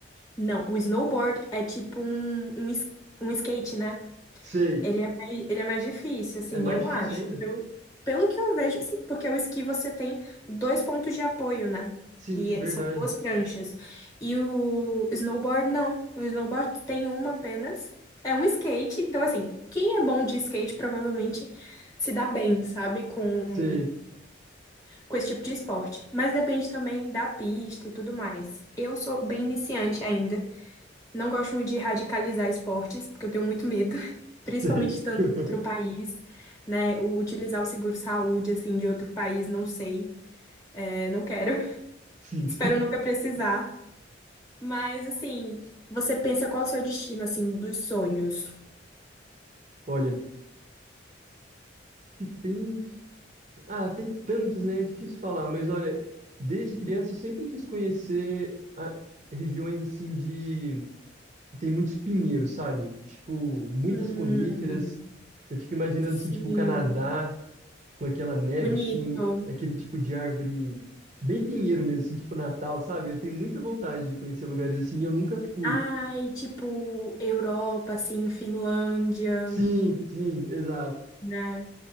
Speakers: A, on the left; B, on the right.
A: Não, o snowboard é tipo um, um, es- um skate, né?
B: Sei.
A: Ele é mais, ele é mais difícil, assim,
B: É mais
A: eu
B: difícil
A: acho.
B: ainda?
A: Pelo, pelo que eu vejo, sim, porque o esqui você tem dois pontos de apoio, né?
B: Sim,
A: Que
B: verdade.
A: é- são duas pranchas. E o snowboard, não. O snowboard tem uma apenas. É um skate, então, assim, quem é bom de skate provavelmente se dá bem, sabe? Com,
B: Sei.
A: com esse tipo de esporte. Mas depende também da pista e tudo mais. Eu sou bem iniciante ainda. Não gosto muito de radicalizar esportes, porque eu tenho muito medo, <laughs> principalmente
B: Sei.
A: estando
B: <laughs>
A: em outro país, né? O- Utilizar o seguro-saúde, assim, de outro país, não sei. É, não quero. <laughs>
B: Sim.
A: Espero nunca precisar. Mas, assim, você pensa qual é o seu destino, assim, dos sonhos?
B: Olha, se tem. Ah, tem tantos, né? É difícil falar, mas olha, desde criança eu sempre quis conhecer a- regiões assim de. que tem muitos pinheiros, sabe? Tipo, muitas
A: Hum,
B: coníferas. Eu fico imaginando
A: sim,
B: assim, tipo, o Canadá, com aquela neve,
A: bonito.
B: assim, aquele tipo de árvore bem pinheiro mesmo, assim, tipo Natal, sabe? Eu tenho muita vontade de conhecer lugares assim e eu nunca fui.
A: Ai, tipo, Europa, assim, Finlândia,
B: Sim, sim, exato.
A: né?